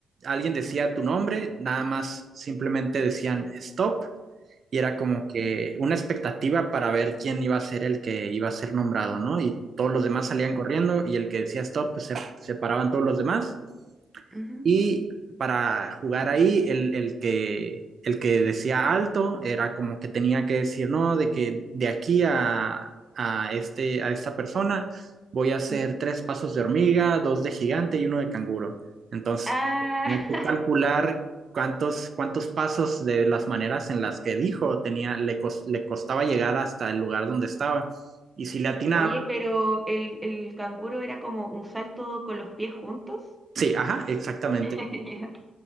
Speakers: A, on the right (about 50°); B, in the centre.
A: alguien decía tu nombre, nada más simplemente decían stop y era como que una expectativa para ver quién iba a ser el que iba a ser nombrado, ¿no? Y todos los demás salían
B: Claro.
A: corriendo y el que decía stop, pues se, se paraban todos los demás
B: Ujú,
A: y para jugar ahí, el, el que, el que decía alto era como que tenía que decir, no, de que de aquí a, a, este, a esta persona voy a hacer
B: ujú.
A: tres pasos de hormiga, dos de gigante y uno de canguro. Entonces,
B: Ah,
A: tenía que calcular
B: <laughs>
A: cuántos, cuántos pasos de las maneras en las que dijo tenía, le, cos- le costaba llegar hasta el lugar donde estaba. Y si le atinaba,
B: oye, pero el, el canguro era como un salto con los pies juntos.
A: sí, ajá, exactamente.
B: <laughs>